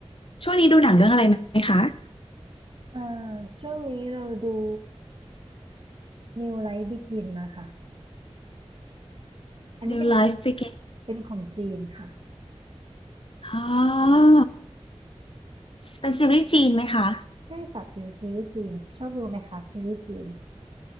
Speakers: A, on the left; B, on the right.
A: ช่วงนี้ดูหนังเรื่องอะไรไหมคะ
B: เอ่อช่วงนี้เราดู New Life Begin นะคะอันนี้เป็น
A: New Life Begin
B: เป็นของจีนค่ะ
A: อ๋อเป็นซีรีส์จีนไหมคะ
B: ใช่ค่ะเป็นซีรีส์จีนชอบดูไหมคะซีรีส์จีน